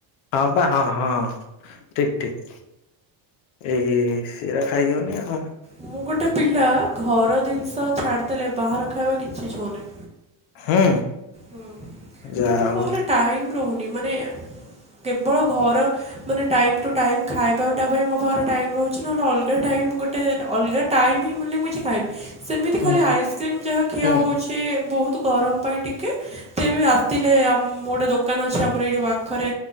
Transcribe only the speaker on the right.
ମୁଁ ଗୋଟେ ପିଲା ଘର ଜିନିଷ ଛାଡିଦେଲେ ବାହାର ଖାଇବା କିଛି ଛୁଉଁନି।
ହଁ
ମାନେ ମୋ
ପାଖରେ ଟାଇମ୍ ରହୁନି ମାନେ କେବଳ ଘର ମାନେ ଟାଇମ୍ ଟୁ ଟାଇମ୍ ଖାଇବା ଗୋଟା ପାଇଁ ମୋ ପାଖରେ ଟାଇମ୍ ରହୁଛି ନହେଲେ ଅଲଗା ଟାଇମ୍ ଗୋ ଟେ ଅଲଗା ଟାଇମ୍ ହିଁ ମିଳୁନି ମୁଁ କିଛି ଖାଇବି ସେମିତି
ଖାଲି ଆଇସ୍କ୍ରିମ୍ ଯାହା ଖିଆ
ହଉଛି। କେ ବୋହୁତୁ ଗରମ ପାଇଁ ଟିକେ। ତିଏ ବି ରାତିଲେ ଆମ୍ ଗୋଟେ ଦୋକାନ ଅଛି ଆମର ଏଇଠି ପାଖରେ।